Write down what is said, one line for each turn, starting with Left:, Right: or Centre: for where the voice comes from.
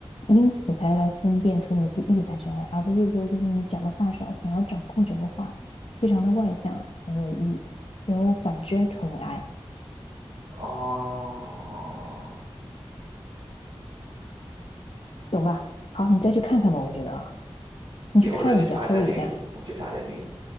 Left: 因此才来分辨出你是 E 还是 I，而不是说就是你讲的话少，想要掌控整个话，非常的外向，成为 E，然后反之成为 I，
Right: 哦，
Left: 懂吧？好，你再去看看吧，我觉得啊，你去看一下，
Right: 行，我再去查一下定义，
Left: 搜一下，
Right: 我去查一下定义。